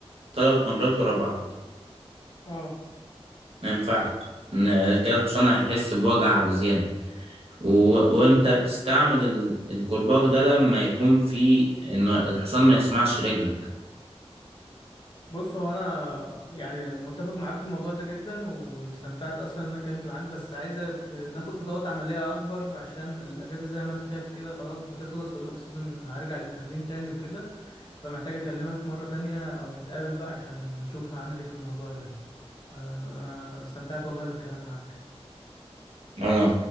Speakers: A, on the right; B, on the left.
A: ثلاث مرات ورا بعض
B: اه
A: ما ينفعش ان كده الحصان هيحس بوجع بزيادة و... وانت بتستعمل ال... الكرباج ده لما يكون في ان الحصان ما يسمعش رجلك
B: بص هو انا يعني متفق معاك في الموضوع ده جدا واستمتعت اصلا ان انا كنت معاك بس عايزك ناخد خطوات عمليه اكبر عشان الاجازه زي ما انت شايف كده خلاص بتخلص والاوف سيزون هرجع للتمرين تاني وكده فمحتاج اكلمك مره تانية او نتقابل بقى عشان نشوف هعمل ايه في الموضوع ده آه، انا استمتعت والله بالكلام معاك
A: يعني